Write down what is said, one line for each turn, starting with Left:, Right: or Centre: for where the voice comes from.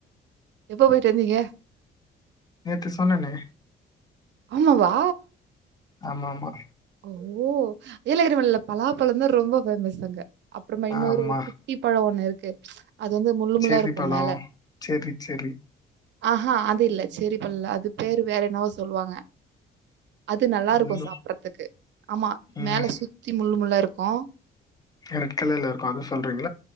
Right: எப்போ போய்ட்டு வந்தீங்க
Left: நேத்து சொன்னனே
Right: ஆமாவா
Left: ஆமா ஆமா
Right: ஓ ஏலகிரி மலில பலாப்பழந்தா ரொம்ப ஃபேமஸ் அங்க அப்றமா இன்னொரு
Left: ஆமா.
Right: ஒரு குத்தி பழ ஒண்ணு இருக்கு அது வந்து முள்ளு முள்ளா
Left: செர்ரி
Right: இருக்கு
Left: பழம்.
Right: மேல
Left: Cherry, cherry.
Right: ஆஹா அது இல்ல சேரி பழல்ல அது பேரு வேற என்னவோ சொல்லுவாங்க அது நல்லாருக்கு
Left: முள்ளு
Right: சாப்றதுக்கு ஆமா
Left: ம்
Right: மேல சுத்தி முள்ளு முள்ளா இருக்கு
Left: ரெட் கலர்ல இருக்கு அத சொல்றீங்